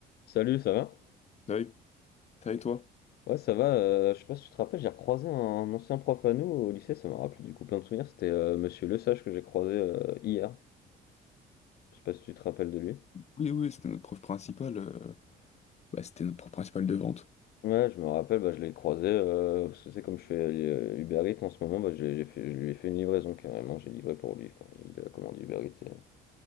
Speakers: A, on the left; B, on the left.
A: Salut, ça va?
B: Ah Oui, ça et toi?
A: Ouais, ça va. euh, je sais pas si tu te rappelles, j'ai recroisé un ancien prof à nous au lycée, ça m'a rappelé du coup plein de souvenirs. C'était euh, Monsieur Lesage que j'ai croisé euh, hier. Je sais pas si tu te rappelles de lui.
B: Oui, oui, c'était notre prof principal. euh, bah, c'était notre prof principal de vente.
A: Ouais, je me rappelle, bah, je l'ai croisé euh, parce que c'est comme je fais euh, Uber Eats en ce moment, bah, je, l'ai- j'ai fait, je lui ai fait une livraison carrément, j'ai livré pour lui. Enfin, il a commandé Uber Eats et,